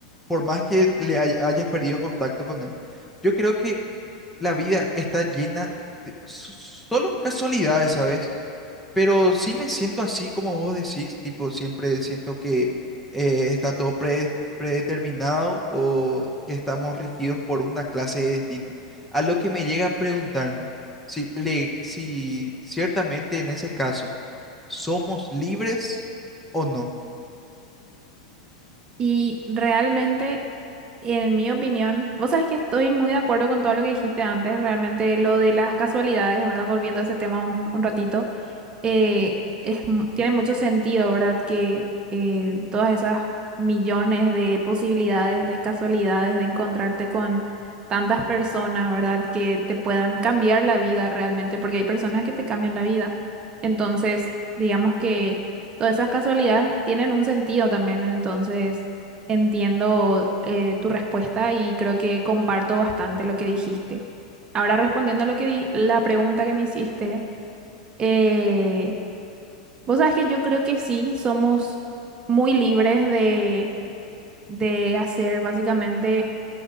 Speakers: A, in the centre; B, on the right.
A: Por más que le hay- hayas perdido contacto con él. Yo creo que la vida está llena de so- solo casualidades, ¿sabes? Pero sí me siento así como vos decís, tipo, siempre siento que eh, está todo pre- predeterminado o que estamos regidos por una clase de destino. A lo que me llega a preguntarme si, le, si ciertamente en ese caso somos libres o no.
B: Y realmente, en mi opinión, vos sabés que estoy muy de acuerdo con todo lo que dijiste antes, realmente lo de las casualidades, ¿verdad? Volviendo a ese tema un, un ratito eh, es mu- tiene mucho sentido, ¿verdad? Que eh, todas esas millones de posibilidades, de casualidades, de encontrarte con tantas personas, ¿verdad? Que te puedan cambiar la vida realmente, porque hay personas que te cambian la vida. Entonces, digamos que todas esas casualidades tienen un sentido también, entonces entiendo eh, tu respuesta y creo que comparto bastante lo que dijiste. Ahora respondiendo a lo que di- la pregunta que me hiciste. Eh, Vos sabés que yo creo que sí, somos muy libres de, de hacer básicamente